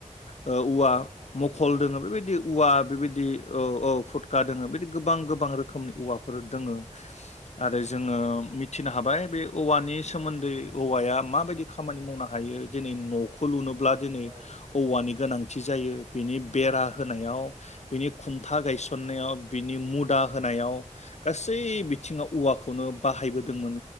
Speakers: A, on the left; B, on the right.
A: ओ औवा
B: लाफुलुखा
A: मखल दोङो बेबाय औवा बेबायदि औ औ फुटखा दोङो बेबायदि गोबां गोबां रोखोमनि औवाफोर दोङो आरो
B: औ
A: जोङो मिथिनो हाबाय बे औवानि सोमोन्दै औवाया माबायदि खामानि मावनो होयो दिनै न'खौ लुनोबोब्ला दिनै
B: औ औ
A: औवानि गोनांथि जायो बिनि बेरा होनायाव बिनि खुन्था गायसननायाव बिनि मुदा होनायाव गासै
B: औ
A: बिथिङाव औवाखौनो बाहायबोदोंमोन